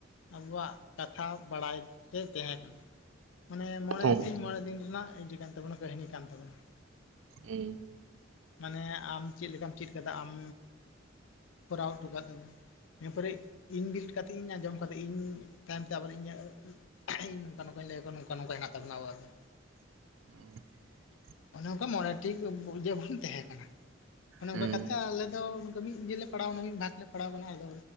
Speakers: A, on the left; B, on the right.
A: ᱟᱵᱩᱣᱟᱜ ᱠᱟᱛᱷᱟ ᱵᱟᱲᱟᱭ ᱛᱮ ᱛᱮᱦᱮᱸ ᱠᱟᱱᱟ᱾ ᱢᱟᱱᱮ ᱢᱚᱬᱮ
B: ᱦᱩᱸ
A: ᱥᱤᱧ ᱢᱚᱬᱮ ᱫᱤᱱ ᱨᱮᱱᱟᱜ ᱤᱡᱟᱹ ᱠᱟᱱ ᱛᱟᱵᱚᱱᱟ ᱠᱟᱹᱦᱱᱤ ᱠᱟᱱ ᱛᱟᱵᱚᱱᱟ᱾
B: ᱩᱸ᱾
A: ᱢᱟᱱᱮ ᱟᱢ ᱪᱤᱜ ᱞᱮᱠᱟᱢ ᱪᱤᱫ ᱠᱟᱫᱟ ᱟᱢ ᱠᱚᱨᱟᱣ ᱴᱩᱠᱟᱫ᱾ <inaudible> ᱤᱱᱟᱹ ᱯᱚᱨᱮ ᱤᱧ ᱵᱮᱨᱤᱫ ᱠᱟᱛᱮ ᱤᱧ ᱟᱸᱡᱚᱢ ᱠᱟᱫᱟ ᱤᱧ ᱛᱟᱭᱚᱢ ᱛᱮ ᱟᱵᱟᱨ ᱤᱧᱟᱹᱜ᱾ ᱤᱧ ᱱᱚᱝᱠᱟ ᱱᱚᱝᱠᱟᱧ ᱞᱟᱹᱭᱟᱣᱟ ᱱᱚᱝᱠᱟ ᱱᱚᱱᱠᱟ, ᱦᱮᱱᱟᱜ ᱛᱟᱵᱚᱱᱟ ᱟᱵᱚᱣᱟᱜ ᱫᱚ
B: <unintelligible>
A: ᱚᱱᱮ ᱚᱱᱠᱟ ᱢᱚᱬᱮ ᱴᱤᱡ ᱵᱚᱱ ᱛᱟᱦᱮᱸ ᱠᱟᱱᱟ ᱚᱱᱮ
B: ᱦᱩᱸ
A: ᱚᱱᱠᱟ ᱠᱟᱛᱮ ᱟᱞᱮᱫᱚ ᱱᱚᱝᱠᱟ, ᱢᱤᱫ ᱜᱮ ᱯᱟᱲᱟᱣᱱᱟ ᱢᱤᱫ ᱵᱷᱟᱜᱽ ᱞᱮ ᱯᱟᱲᱟᱣ ᱟᱠᱟᱱᱟ ᱟᱫᱚ᱾